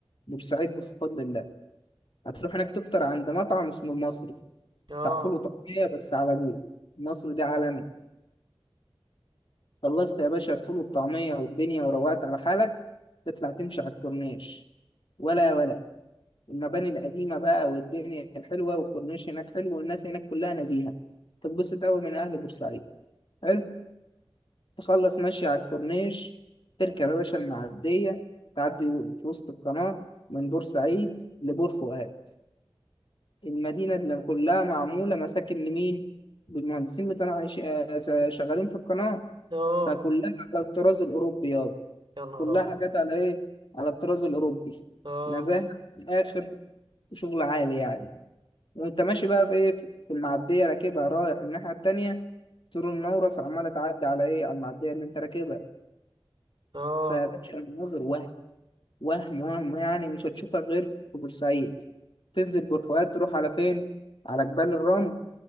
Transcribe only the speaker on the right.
اه
اه
يا نهار
ابيض
اه
اه